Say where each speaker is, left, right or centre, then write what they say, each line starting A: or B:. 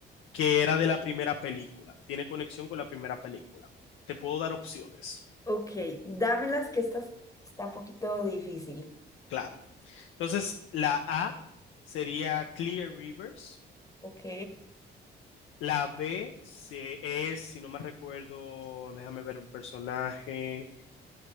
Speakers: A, on the left (about 80°); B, on the left (about 15°).
A: que era de la primera película, tiene conexión con la primera película. Te puedo dar opciones,
B: Ok, dámelas que esta es- está un poquito difícil.
A: claro. Entonces, la A sería Clear Rivers,
B: Ok.
A: la B se, es, si no me recuerdo, déjame ver un personaje,